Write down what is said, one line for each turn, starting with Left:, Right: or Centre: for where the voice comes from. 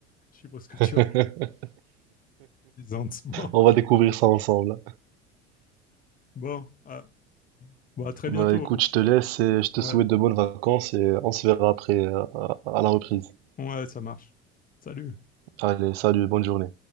Left: Je sais pas ce que
Right: <laughs>
Left: tu as partisan <laughs>
Right: On va découvrir ça ensemble.
Left: Bon, ah, bon, à très
Right: Bah,
Left: bientôt.
Right: écoute,
Left: hein.
Right: je te laisse et je te
Left: Ouais,
Right: souhaite de bonnes vacances et on se verra après euh, à à la reprise.
Left: ouais, ça marche. Salut.
Right: Allez, salut, bonne journée.